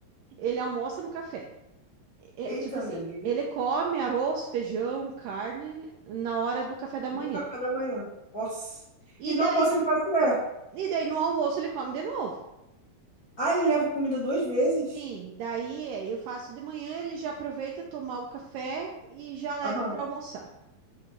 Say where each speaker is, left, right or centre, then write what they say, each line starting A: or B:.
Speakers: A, on the right; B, on the left.
A: Ele almoça no café. É,
B: Eita,
A: tipo assim,
B: Lili.
A: ele come arroz, feijão, carne na hora do café da manhã.
B: No café da manhã. Nossa. E
A: E
B: no
A: daí,
B: almoço ele faz o quê?
A: e daí no almoço ele come de novo.
B: Ah, ele leva comida duas vezes?
A: Sim, daí é, eu faço de manhã, ele já aproveita tomar o café e já leva
B: Aham.
A: para almoçar.